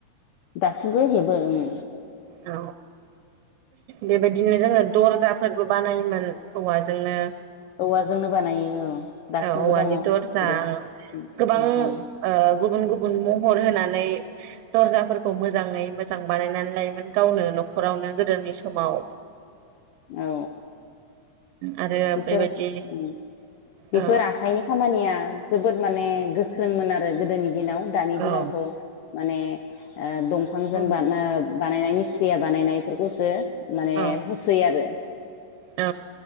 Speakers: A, on the left; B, on the right.
A: दासिमबो हेबो ओं।
B: औ बेबायदिनो जोङो दर्जाफोरबो बानायो। मोन औवाजोंनो
A: औवाजोंनो बानायो औ दासिमबो
B: औ औवानि
A: दङ
B: दरजा
A: बेफोरो
B: गोबां
A: मोजां
B: ओ गुबुन गुबुन महर होनानै <unintelligible> दर्जाफोरखौ मोजाङै मोजां बानायनानै लाइमोन गावनो न'खरावनो गोदोनि समाव
A: औ
B: आरो
A: बेफोर
B: बेबायदि
A: ओम
B: ओ
A: बेफोर आखाइनि खामानिया जोबोद माने गोख्रोंमोन आरो गोदोनि दिनाव दानि
B: औ
A: दिनावथ' माने ओ दंफांजों
B: उम
A: बा ओ बानायनाय मिस्रिया बानायनाय बेफोरखौसो माने
B: औ
A: होसोै आरो।
B: औ